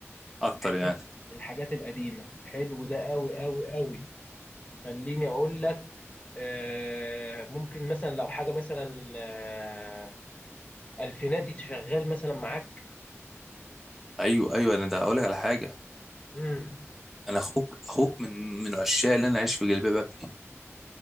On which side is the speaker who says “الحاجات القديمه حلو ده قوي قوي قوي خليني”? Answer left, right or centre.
Left